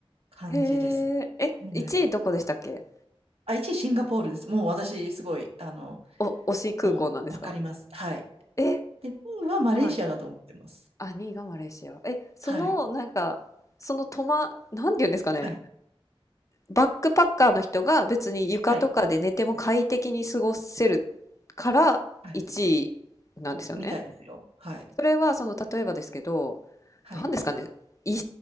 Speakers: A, on the right; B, on the left.
A: 感じですね。
B: へえ、え、1位どこでしたっけ
A: はい。あ、1位シンガポールです。もう私、すごい、あの、
B: お、推し空港なんですか
A: もう分かります。はい。
B: え、
A: で、2位はマレーシアだと思ってます。
B: はい。あ、2位がマレーシア。え、その、
A: はい。
B: なんか、そのトま、なんて言うんですかね。
A: はい。
B: バックパッカーの人が別に床とかで寝ても快適に過ごせるから1位なんですよね。
A: はい。はいみたいですよ。はい。
B: それは、その、例えばですけど、
A: はい。
B: なんですかね。椅